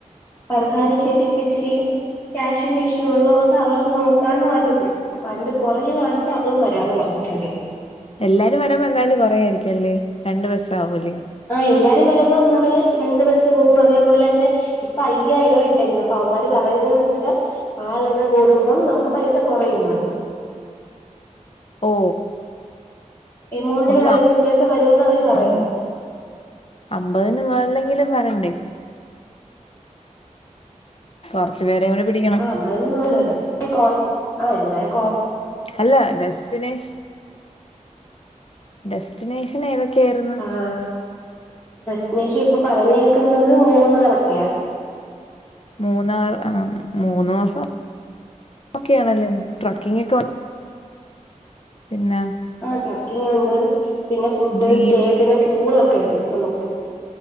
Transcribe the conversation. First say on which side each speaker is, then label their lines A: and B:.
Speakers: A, on the left; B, on the left.
A: ഫർഹാന ക്ക്ട്ടപ്പിച്ചിരി ക്യാഷിന്റെ ഇഷ്യൂ ഉള്ളത് കൊണ്ട് അവളും നോക്കാന്ന് പറഞ്ഞത് ഫണ്ട് കുറയുകവാണെങ്കിൽ അവളും വരാന്ന് പറഞ്ഞിട്ടുണ്ട്
B: എല്ലാരും വരാമ്പോ എന്തായാലും കൊറേ ആയിരിക്കുംല്ലേ രണ്ട് ബസ്സ് ആാവൂലേ
A: ആഹ് എല്ലാരും വരുമ്പോൾ ഒന്നൂടെ രണ്ടു ബസ്സ് പോവും അതേപോലെ തന്നെ ഇപ്പ അയ്യായിരോ അപ്പ അവമാര് പറയുന്നന്ന് വെച്ചാൽ ആളെണ് കൂടുമ്പം നമുക്ക് പൈസ കുറയുന്നു
B: ഓ
A: എമൗണ്ടില്
B: ഒരു
A: നല്ലൊരു വ്യത്യാസം വരുമന്ന് അവർ
B: അം
A: പറയുന്നു
B: അമ്പതിന് മേളിലെങ്കിലും വരണ്ടേ കുറച്ച് പേരെ ഇവിടെ പിടിക്ക
A: അമ്പതിനന് മോളിൽ വരാം ആഹ് എന്നായാലും
B: അല്ല ഡസ്റ്റിനേഷ് ഡെസ്റ്റിനേഷൻ ഏതൊക്കെയായിരുന്നു
A: ആഹ ടെസ്റ്റിനേഷൻ ഇപ്പൊ പറഞ്ഞേക്കുന്നത് മൂന്നാറോക്കെയാ
B: മൂന്നാ ആ മൂന്ന് മാസം ഓക്കെയാണല്ലേ ട്രക്കിംഗ് ഒക്കെ പിന്നെ
A: ആ ട്രക്കിങ് ഉണ്ട് പിന്നെ ഫുഡ്
B: ജീപ്സ്
A: സ്റ്റേ പിന്നെ പൂളൊക്കെ ഉണ്ട് നമുക്ക്